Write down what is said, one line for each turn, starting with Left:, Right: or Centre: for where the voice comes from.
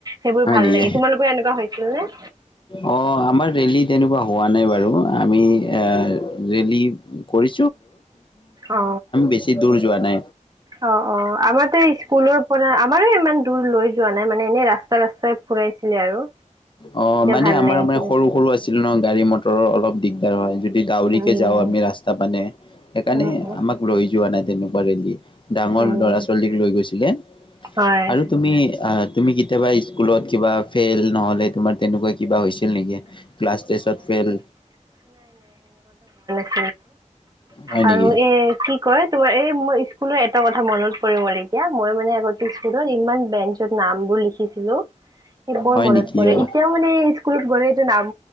Right: সেইবোৰ
Left: হয়
Right: ভাল
Left: নেকি
Right: লাগে তোমালোকে এনেকুৱা হৈছিল নে
Left: অ আমাৰ ৰেলী তেনেকুৱা হোৱা নাই বাৰু আমি এ ৰেলী কৰি
Right: অ
Left: বছি দ
Right: অ অ আমাৰতে স্কুলৰ পৰা আমাৰো ইমান দূৰ লৈ যোৱা নাই মানে এনেই ৰাস্তা ৰা্তাই ফুৰাইছিলে আৰু
Left: অ মানে
Right: ভাল
Left: আমাৰ
Right: লাগিছিলে
Left: মানে সৰু সৰু আছিল ন গাড়ী মটৰৰ অলপ দিগদাৰ হয় যদি ডাউৰিকে
Right: উম
Left: যাওঁ আমি ৰাস্তা পানে সেইকাৰণে
Right: উম, উম,
Left: আমাক ৰৈ যোৱা নাই তেনেকুৱা ৰেলি ডাঙৰ
Right: উম,
Left: ল'ৰা ছোৱালীক লৈ গৈছিলে
Right: হয়।
Left: আৰু তুমি আহ তুমি কেতিয়াবা স্কুলত কিবা ফেইল নহ'লে তোমাৰ তেনেকুৱা কিবা হৈছিল নেকি ক্লাছ েষ্টত ফেইল
Right: ম
Left: হয়
Right: আৰু
Left: নেকি
Right: এ কি কয় তোমাৰ এই মোৰ স্কুলৰ এটা কথা মনত পৰিব লাগিব এতিয়া মই মানে আগতে স্কুলত ইমান বেঞ্চ ন বোৰ লিখিছিলো সেই বৰ
Left: হয়
Right: মনত
Left: নেকি
Right: প
Left: অ
Right: এতিয়া মান স্কুলত গ'লে এইটো নাম